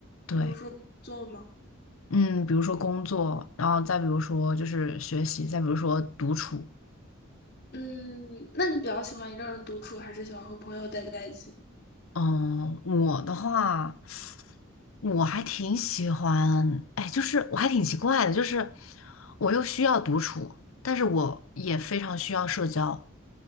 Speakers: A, on the left; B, on the left.
A: 对，
B: 比如说做吗？
A: 嗯，比如说工作，然后再比如说就是学习，再比如说独处。
B: 嗯，那你比较喜欢一个人独处，还是喜欢和朋友待在一起？
A: 嗯，我的话。我还挺喜欢，哎，就是我还挺奇怪的，就是我又需要独处，但是我也非常需要社交。